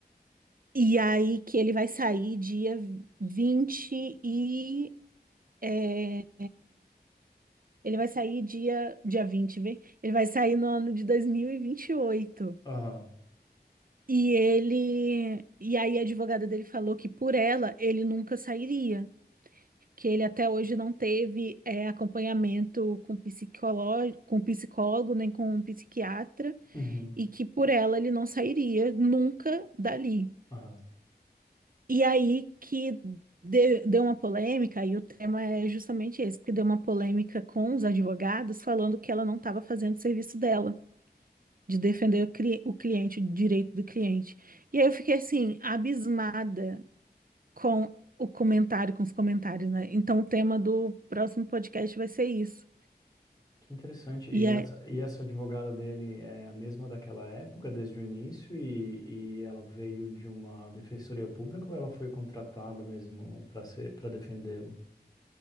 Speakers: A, on the right; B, on the left.
A: E aí que ele vai sair dia 20 e. é, ele vai sair dia, dia 20, vem? Ele vai sair no ano de 2028.
B: Aham,
A: E vinte e oito. E ele. E aí a advogada dele falou que por ela ele nunca sairia. Que ele até hoje não teve é, acompanhamento com psicólogo, com psicólogo, nem com um psiquiatra.
B: Uhum.
A: e que por ela ele não sairia nunca dali.
B: aham.
A: E aí que de- deu uma polêmica, e o tema é justamente esse, porque deu uma polêmica com os advogados falando que ela não estava fazendo o serviço dela, de defender o, cli- o cliente, o direito do cliente. E aí eu fiquei assim, abismada com o comentário, com os comentários, né? Então o tema do próximo podcast vai ser isso.
B: Que interessante. E
A: E
B: essa,
A: aí,
B: e essa advogada dele é a mesma daquela época, desde o início, e, e ela veio de uma defensoria pública ou ela foi contratada mesmo para ser, para defendê-lo?